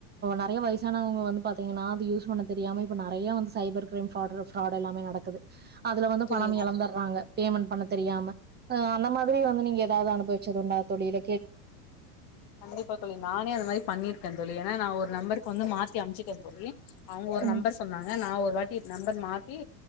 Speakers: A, on the right; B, on the left.
A: நெறையா வயசானவங்க வந்து பாத்தீங்கன்னா அது யூஸ் பண்ண தெரியாம இப்போ நெறயா வந்து சைபர் க்ரைம் ஃபிராடு ஃபிராடு எல்லாமே நட க்குது அதுல
B: இல்ல
A: வந்து
B: தோழி
A: பணம் எளந்தர்றாங்க பேமெண்ட் பண்ணத் தெரியாம அ அந்தமாதிரி வந்து நீங்க எதாவது அனுபவிச்சதுண்டா தோழி இல
B: கண்டிப்பா தோழி நானே அது மாரி பண்ணிருக்கன் தோழி ஏனா நா ஒரு நம்பருக்கு வந்து மாத்தி அம்ச்சு டேன் தோழி அவுங்க ஒரு
A: ம்,
B: நம்பர் சொன்னாங்க நா ஒ ரு வாட்டி நம்பர் மாத்தி